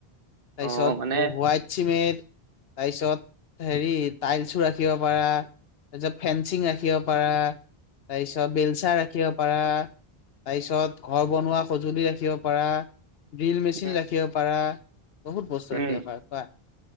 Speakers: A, on the left; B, on the right.
A: তাৰপিছত
B: অ' মানে
A: হোৱাইট চিমেণ্ট তাৰপিছত হেৰি টাইলছো ৰাখিব পাৰা তাৰ পিছত ফেঞ্চিং ৰাখিব পাৰা তাৰ পিছত বেলচাৰ ৰাখিব পাৰা তাৰপিছত ঘৰ বনোৱা সঁজুলি ৰাখিব পাৰা ড্ৰিল মেচিন
B: উম,
A: ৰাখিব পাৰা বহুত বস্তু
B: উম
A: ৰাখিব পাৰা, পাৰা।